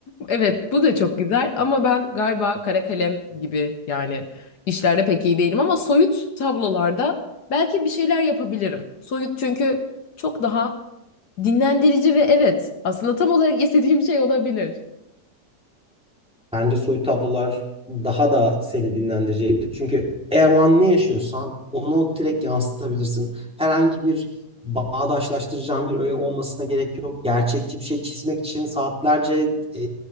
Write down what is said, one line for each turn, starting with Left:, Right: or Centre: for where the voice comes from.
Left: Evet, bu da çok güzel ama ben galiba kara kalem gibi yani işlerde pek iyi değilim ama soyut tablolarda belki bir şeyler yapabilirim. Soyut çünkü çok daha dinlendirici ve evet aslında tam olarak <laughs> istediğim şey olabilir.
Centre: Bence soyut tablolar daha da seni dinlendirecektir. Çünkü eğer o an ne yaşıyorsan onu direkt yansıtabilirsin. Herhangi bir bağdaşlaştıracağın bir öğe olmasına gerek yok. Gerçekçi bir şey çizmek için saatlerce e,